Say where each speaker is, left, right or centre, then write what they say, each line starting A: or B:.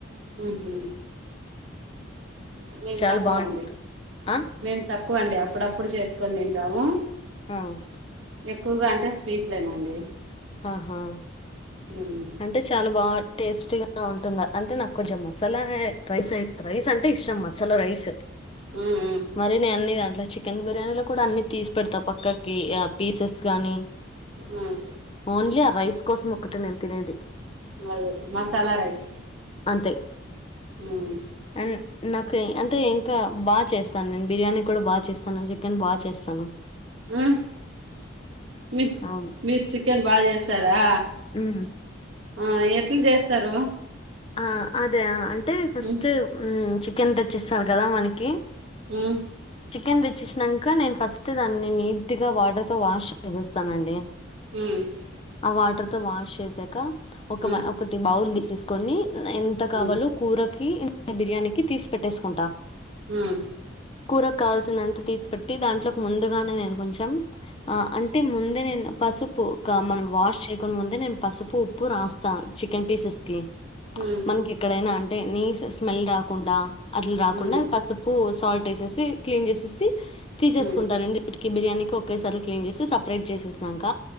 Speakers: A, on the right (about 80°); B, on the left (about 30°).
A: ఉ హు మేమ్
B: చాలా
A: తక్కువ
B: బాగుంట
A: అండి.
B: ఆ
A: మేమ్ తక్కువండి అప్పుడప్పుడు చేసుకొని తింటాము.
B: అవ్.
A: ఎక్కువగా అంటే స్వీట్లేమో అండి.
B: ఆహా.
A: ఉమ్.
B: అంటే చాలా బాన్ టేస్టీగా ఉంటుంద అంటే నాకు కొంచం మసాలా ఏ రైస్. రైస్ అంటే ఇష్టం మసాలా రైస్సు
A: ఉమ్
B: మరి నే అన్ని దాంట్లో ఛీ. ఛీకెన్ బిర్యానీలో కూడా అన్ని తీసి పెడతా పక్కాకి య పీసెస్ గానీ.
A: ఉమ్.
B: ఓన్లి ఆ రైస్ కోసం మొక్కటే నేన్ తినేది.
A: మల్ మసాల రైస్.
B: అంతే.
A: ఉమ్.
B: ఎన్. నాకు ఏ అంటే ఇంకా బా చేస్తాను నేను బిర్యానీ కూడా బా చేస్తాను చికెన్ బా చేస్తాను.
A: ఉమ్ మీ
B: అవును
A: మీరు చికెన్ బా జేస్తారా.
B: ఉమ్.
A: ఆ ఎట్లు జే స్తారు.
B: ఆ అదే అంటే ఫస్ట్
A: ఉమ్
B: ఉమ్ చికెన్ తెచ్చిస్తారు కదా మనకి.
A: ఉమ్.
B: చికెన్ తెచ్చినంక నేన్ ఫస్ట్ దాన్ని నీట్ గా వాటర్ తో వాష్ చేసేస్తానండి.
A: ఉమ్.
B: ఆ వాటర్ తో వాష్ చేసాక ఒక
A: ఉమ్
B: మ ఒకటి బౌల్ తీసేసుకొని ఎన్. ఎంత కావాలో
A: ఉమ్
B: కూరకి అండ్ బిర్యానీకి తీసి పెట్టేసుకుంటా.
A: ఉమ్.
B: కూరక కావాల్సినంత తీసి పెట్టి దాంట్లోకి ముందుగానే నేను కొంచం. ఆ అంటే ముందే నేను పసుపు క మనం వాష్ చేయకుండ ముందే నేను పసుపు. ఉప్పు రాస్తా చికెన్ పీసెస్ కి.
A: ఉమ్.
B: ఇంక్కెడైనా అంటే నీస్ స్మెల్ రాకుండా అట్ల రాకుండా
A: ఉమ్
B: పసు. ఉప్పు సాల్ట్ ఎసేసి ఇ క్లీన్ చేసేసి తీసేసుకుంటారండి.
A: ఉమ్
B: ఇటిక బిర్యానీకి ఒకేసారి క్లీన్ జేసి సపరేట్ జేసేసినంక